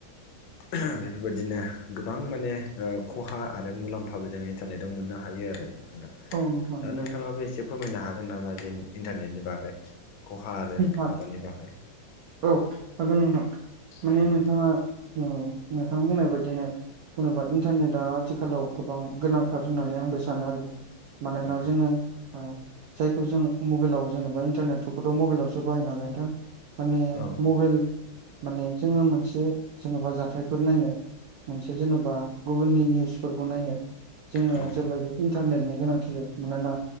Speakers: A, on the left; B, on the right.
A: <unintelligible> बेफोरबादिनो गोबां माने ओ खहा आरो मुलाम्फाबो जों इन्टारनेटव मोननो हायो आरो दा
B: नोंथां नंगौ
A: नोंथाङाबो एसे फोरमायनो हागोन नामा जेन इन्टारनेटनि बागै खहा आरो
B: औ
A: माबानि बागै
B: औ हागोन नोंथां माने
A: उम
B: नोंथाङा औ नोंथां बुंनाय बायदिनो जेन'बा इन्टारनेटआ थिखालाव गोबां गोनांथार होननानै आंबो सानो आरो मानोना
A: औ
B: जोङो ओ जायखौ जों मबाइलाव जेनबा इन्टारनेटफोरखौथ' मबाइलावसो बाहाय नालाय नोंथां। माने
A: औ
B: मबेल माने जोङो मोनसे जेन'बा जाथायफोर नायनाय मोनसे जेन'बा गुबुननि निउसफोरखौ नायनो जोङो
A: औ
B: जेब्लायबो इन्टारनेटनि गोनांथि जायो मानोना